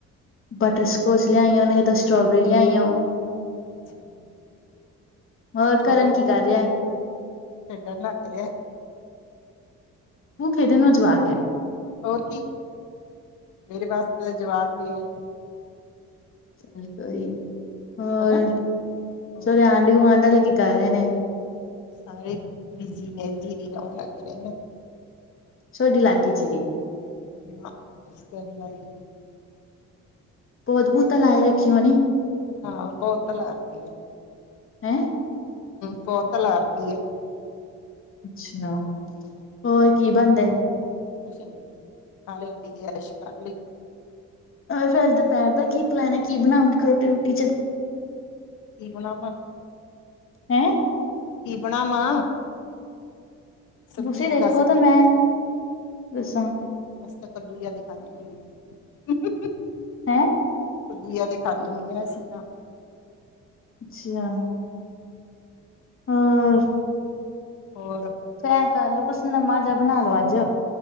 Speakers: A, on the left; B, on the left.
A: ਬਟਰ ਸਕੋਚ ਲਿਆਇਓ ਨਹੀਂ ਤਾਂ ਸਟ੍ਰਾਬੇਰੀ ਲਿਆਈ ਓ।
B: ਹੈ ਅੱਛਾ
A: ਹੋਰ
B: ਛੋਟੀ
A: ਕਰਨ ਕੀ ਕਰ ਰਿਹਾ?
B: ਖੇਡਣ ਲੱਗ ਰਿਹਾ।
A: ਉਹ ਖੇਡਣ ਨੂੰ ਜਵਾਕ ਐ।
B: ਹੋਰ ਕੀ ਮੇਰੇ ਵਾਸਤੇ ਤਾਂ ਜਵਾਕ ਈ ਐ।
A: ਚੱਲ ਕੋਈ ਨੀ ਹੋਰ
B: ਹਨਾ ਹੋਰ
A: ਥੋਡੇ ਆਂਢੀ ਗੁਆਂਂਢ ਦੇ ਕੀ ਕਰ ਰਹੇ ਨੇ?
B: ਸਾਰੇ ਬਿਜੀ ਨੇ ਜੀਰੀ ਲਾਉਣ ਲੱਗ ਰਹੇ ਨੇ।
A: ਥੋਡੀ ਲਾਗੀ ਜੀਰੀ।
B: <unintelligible>
A: ਪੋਦ ਪੁਦ ਤਾਂ ਲਾਏ ਰੱਖੀ ਹੋਣੀ।
B: ਹਾਂ ਪੋਦ ਤਾਂ ਲਾ ਰੱਖੀ ਆ।
A: ਹੈਂ?
B: ਪੋਦ ਤਾਂ ਲਾ ਰੱਖੀ ਆ।
A: ਅੱਛਾ
B: ਹੂੰ,
A: ਹੋਰ ਕੀ ਬਣਦਾ?
B: ਕੁਛ ਨੀ ਖਾ ਲਿਆ ਪੀ ਲਿਆ ਐਸ਼ ਕਰ ਲਈ।
A: ਫੇਰ ਅੱਜ ਦੁਪਹਿਰ ਦਾ ਕੀ ਪਲੈਨ ਐ ਕੀ ਬਣਾਓਗੇ ਰੋਟੀ ਰੂਟੀ ਚ
B: ਕੀ ਬਣਾਵਾਂ।
A: ਹੈ,
B: ਕੀ ਬਣਾਵਾਂ। ਸਬਜ਼ੀ
A: ਤੁਸੀਂ
B: ਚ
A: ਦੇਖੋ
B: ਦੱਸ
A: ਤਾਂ
B: ਕੀ
A: ਮੈਂ ਦੱਸਾ।
B: ਅ ਤਾਂ ਕੱਦੂ ਜ਼ਿਆਦਾ ਖਾਨੇ ਹੁੰਦੇ ਆ।
A: ਹੈਂ!
B: ਦੂਆ ਦੇ ਖਾਂਦੇ ਹੁੰਦੇ ਹ ਅਸੀਂ ਤਾਂ
A: ਅੱਛਾ। ਹੋਰ
B: ਹੋਰ?
A: ਅੱਛਾ ਐ ਗੱਲ, ਕੁੱਛ ਨਵਾਂ ਜਿਹਾ ਬਣਾਲੋ ਅੱਜ।